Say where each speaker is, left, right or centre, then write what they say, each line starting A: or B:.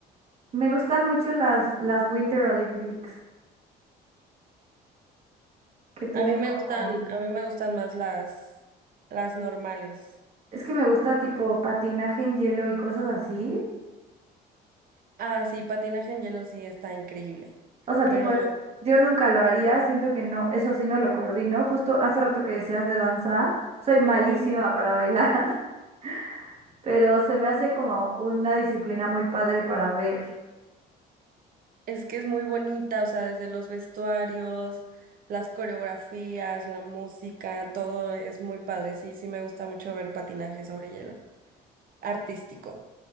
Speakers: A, on the right (about 35°); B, on the right (about 55°).
A: Me gustan mucho las, las Winter Olympics que tienen
B: A mí me
A: como...
B: gustan, a mí me gustan más las, las normales.
A: Es que me gusta tipo patinaje en hielo y cosas así.
B: Ah, sí, patinaje en hielo sí está increíble,
A: O sea,
B: pero
A: tipo, yo nunca lo haría, siento que no, eso sí no lo coordino. Justo hace rato que decías de danza, soy malísima
B: ujú,
A: para bailar, <laughs> pero se me hace como una disciplina muy padre para ver.
B: es que es muy bonita, o sea, desde los vestuarios, las coreografías, la música, todo es muy padre. Sí, sí me gusta mucho ver patinaje sobre hielo, artístico.